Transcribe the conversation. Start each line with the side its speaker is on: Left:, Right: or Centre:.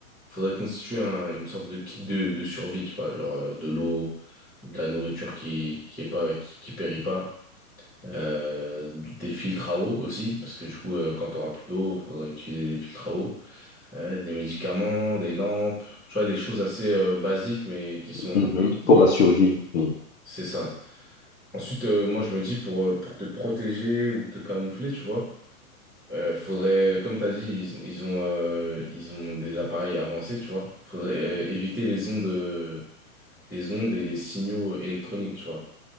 Centre: faudrait constituer un- une sorte de kit de, de survie, tu vois, genre euh, de l'eau, de la nourriture qui, qui est pas, qui, qui périt pas, euh, des filtres à eau aussi, parce que du coup, euh, quand t'auras plus d'eau, faudra utiliser des filtres à eau, euh, des médicaments, des lampes, tu vois, des choses assez euh, basiques, mais qui sont
Left: mhm.
Centre: utiles.
Left: Pour la survie. oui.
Centre: c'est ça. Ensuite, euh, moi, je me dis pour, euh, pour te protéger ou te camoufler, tu vois, euh, faudrait, comme tu as dit, ils, ont, ils ont, euh, ils ont des appareils avancés, tu vois. Faudrait euh, éviter les ondes, euh, les ondes et les signaux électroniques, tu vois.